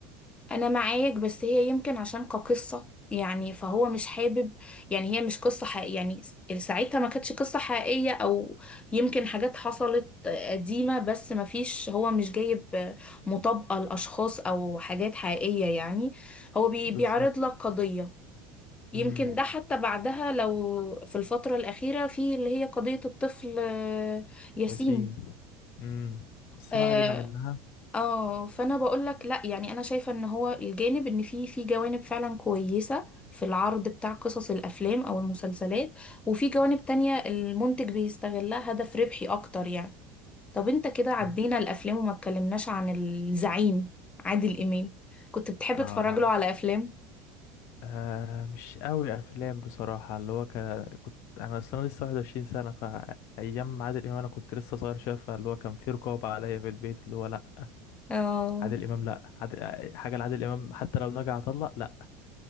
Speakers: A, on the left; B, on the left.
A: انا معاك بس هي يمكن عشان كقصة يعني فهو مش حابب يعني هي مش قصة حقيقية يعني ساعتها ما كانتش قصة حقيقية او يمكن حاجات حصلت قديمة بس ما فيش هو مش جايب مطابقة لاشخاص او حاجات حقيقية يعني هو بي
B: بالظبط
A: بيعرض لك قضية يمكن
B: امم
A: ده حتى بعدها لو في الفترة الأخيرة في اللي هي قضية الطفل آه، ياسين
B: ياسين امم بس
A: آه،
B: ما علينا منها
A: اه فانا بقول لك لا يعني انا شايفه ان هو الجانب ان في في جوانب فعلا كويسه في العرض بتاع قصص الافلام او المسلسلات وفي جوانب تانية المنتج بيستغلها هدف ربحي اكتر يعني طب انت كده عدينا
B: مم.
A: الافلام وما اتكلمناش عن الزعيم عادل امام كنت بتحب
B: آه.
A: تتفرج له على افلام
B: آه مش قوي افلام بصراحة اللي هو ك... كنت انا اصلا لسه 21 سنة فايام عادل امام انا كنت لسه صغير شوية فاللي هو كان في رقابة عليا في البيت اللي هو لا
A: اه
B: عادل امام لا عادل... حاجة لعادل امام حتى لو نجح اطلق لا